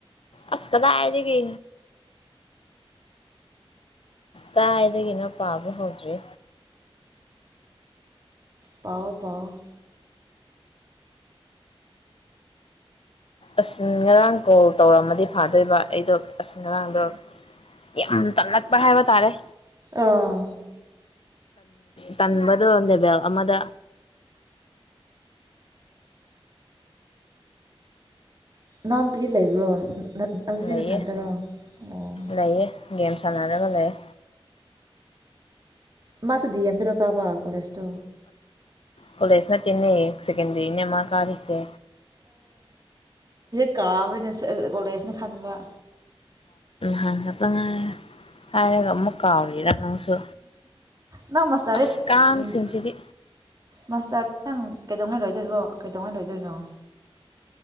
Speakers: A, on the left; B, on the right.
A: ꯑꯁ ꯀꯗꯥꯏꯗꯒꯤ ꯀꯥꯏꯗꯒꯤꯅꯣ ꯄꯥꯕ ꯍꯧꯗ꯭ꯔꯤ
B: ꯄꯥꯎꯑꯣ ꯄꯥꯎꯑꯣ
A: ꯑꯁ ꯉꯔꯥꯡ ꯀꯣꯜ ꯇꯧꯔꯝꯃꯗꯤ ꯐꯥꯗꯣꯏꯕ ꯑꯩꯗꯣ ꯑꯁ ꯉꯔꯥꯡꯗꯣ ꯌꯥꯝ ꯇꯝꯂꯛꯄ ꯍꯥꯏꯕ ꯇꯥꯔꯦ
B: ꯑꯥ
A: ꯇꯟꯕꯗꯣ ꯂꯦꯕꯦꯜ ꯑꯃꯗ
B: ꯅꯅꯥꯎ ꯅꯨꯨꯄꯤ ꯂꯩꯕ꯭ꯔꯣ ꯍꯧꯖꯤꯛꯇꯤ
A: ꯂꯩꯌꯦ
B: ꯅꯊꯥꯟꯗꯔꯣ ꯑꯣ
A: ꯂꯩꯌꯦ ꯒꯦꯝ ꯆꯅꯔꯒ ꯂꯩꯦ
B: ꯃꯥꯁꯨꯗꯤ ꯑꯗꯣ ꯀꯥꯕꯥ ꯀꯁꯇꯣ
A: ꯀꯂꯦꯖꯅ ꯇꯅꯦ ꯁꯦꯀꯦꯟ ꯏꯅꯃ ꯀꯥꯔꯁꯦ
B: ꯀꯕꯅ ꯁ ꯒꯣꯜꯗꯦꯖꯅ ꯈꯟꯕ
A: ꯍꯥꯛ ꯆꯉꯥ ꯍꯥꯏꯔꯒ ꯑꯃꯨꯛ ꯀꯥꯎꯔꯤꯔ ꯅꯪꯁꯨ
B: ꯅꯪ ꯃꯥꯁꯇꯔꯗꯤ
A: ꯑꯁ ꯀꯥꯡꯁꯤꯡꯁꯤꯗꯤ
B: ꯎꯝ ꯃꯥꯁꯇꯔ ꯅꯪ ꯀꯩꯗꯧꯅ ꯂꯣꯏꯗꯣꯏꯕꯣ ꯀꯩꯗꯧꯅꯩ ꯂꯣꯏꯗꯣꯏꯅꯣ